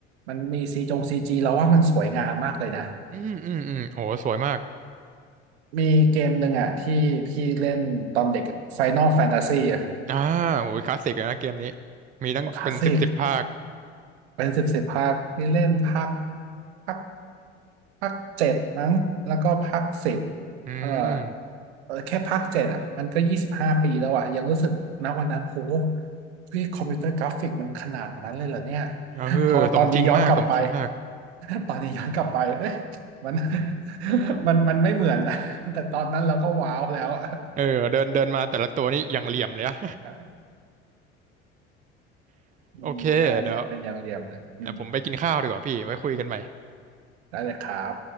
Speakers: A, on the right; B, on the right.
A: มันมีซีจงซีจีเราว่ามันสวยงามมากเลยนะ
B: ๆอืมอืมอืมโหสวยมาก
A: มีเกมหนึ่งอ่ะที่พี่เล่นตอนเด็ก Final Fantasy อะ
B: อ่าโหคลาสสิกเลยนะเกมนี้มีตั้งเป็นสิบสิบภาค
A: คลาสสิกเป็นสิบสิบภาคพี่เล่นภาคภาค ภาคเจ็ดมั้งแล้วก็ภาคสิบ
B: อืม
A: เออเออแค่ภาคเจ็ดอ่ะมันก็ยี่สิบห้าปีแล้วอ่ะยังรู้สึกนะวันนั้นโหเฮ้ยคอมพิวเตอร์กราฟิกมันขนาดนั้นเลยเหรอเนี่ย
B: เออสมจริงมากสมจริงมาก
A: พอตอนนี้ย้อนกลับไป <laughs> ตอนนี้ย้อนกลับไปเอ้ยมัน <laughs> มันมันไม่เหมือนนะแต่ตอนนั้นเราก็ว้าวแล้วอะ
B: เออเดินเดินมาแต่ละตัวนี่อย่างเหลี่ยมเลยอะ
A: <laughs>
B: <laughs>
A: อืมใช่อย่าเป็นอย่างเรียมเลยอืม
B: โอเคเดี๋ยวเดี๋ยวผมไปกินข้าวดีกว่าพี่ไว้คุยกันใหม่
A: ได้เลยครับ